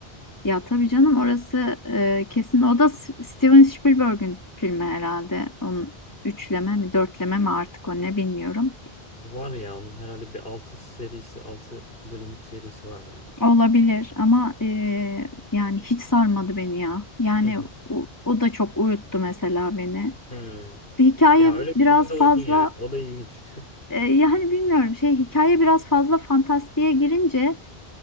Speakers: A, on the left; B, on the left.
A: Ya tabii canım orası e, kesin. O da S- Steven Spielberg'ün filmi herhalde. Onun üçleme mi dörtleme mi artık o ne bilmiyorum.
B: Var ya onun herhalde bir altı serisi, altı bölümlük serisi var ya.
A: Olabilir ama e, yani hiç sarmadı beni ya. Yani
B: Hı hı.
A: o, o da çok uyuttu mesela beni.
B: Hmm.
A: Ve Hikaye
B: Ya öyle
A: biraz
B: bir filmde
A: fazla
B: uydun yani. O da ilginç.
A: e, yani bilmiyorum şey hikaye biraz fazla fantastiğe girince